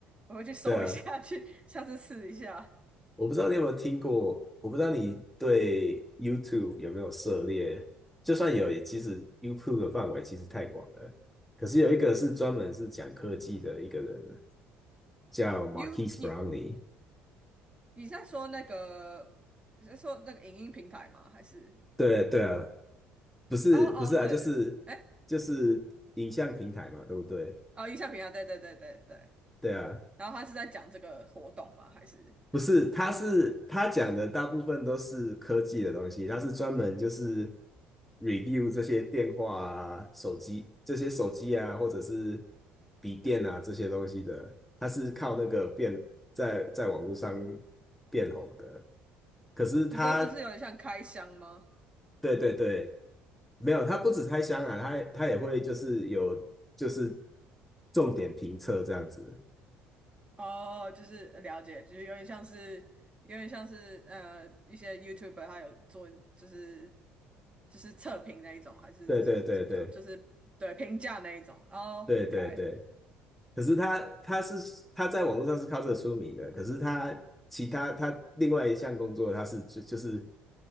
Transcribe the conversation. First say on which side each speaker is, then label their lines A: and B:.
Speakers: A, on the right; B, in the centre.
A: 我会去搜一下，
B: 对啊。
A: <laughs> 去下次试一下。
B: 我不知道你有没有听过，我不知道你对 YouTube 有没有涉猎。就算有，也其实 YouTube 的范围其实太广了。可是有一个是专门是讲科技的一个人，叫 Marquise
A: 你你
B: Brownlee。
A: 你在说那个你在说那个影音平台吗？还是
B: 对对啊，不是不是啊，
A: 哦哦对对，
B: 就是就是影像平台嘛，
A: 哎
B: 对不对？
A: 哦影像平台，对对对对对。
B: 对啊，
A: 然后他是在讲这个活动吗？还是
B: 不是，他是他讲的大部分都是科技的东西，他是专门就是 review 这些电话啊、手机这些手机啊，或者是笔电啊这些东西的，他是靠那个变在在网络上变红的。可是他，
A: 你说就是有点像开箱吗？
B: 对对对，没有，他不止开箱啊，他他也会就是有就是重点评测这样子。
A: 哦，就是呃了解，就是有点像是有点像是呃一些 YouTuber 他有做就是就是测评那一种，还是就是怎么讲，
B: 对对对对
A: 就是对评价那一种。哦，OK，
B: 对对对。可是他他是他在网络上是靠这个出名的，可是他其他他另外一项工作他是就就是